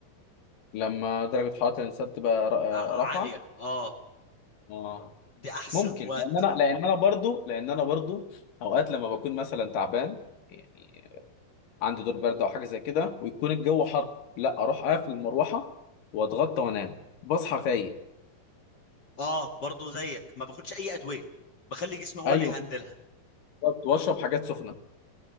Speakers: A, on the left (about 70°); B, on the left (about 45°).
A: لما درجه حراره الانسان تبقى ر-
B: ع-
A: رافعه
B: عاليه اه
A: اه
B: دي احسن
A: ممكن
B: وقت
A: لان انا لان انا برضو لان انا برضو اوقات لما بكون مثلا تعبان يعني عندي دور برد او حاجه زي كده ويكون الجو حر لا اروح اقفل المروحه واتغطى وانام بصحى فايق
B: اه برضو زيك ما باخدش اي ادويه بخلي جسمي هو
A: ايوه
B: اللي يهندلها
A: بالظبط، واشرب حاجات سخنه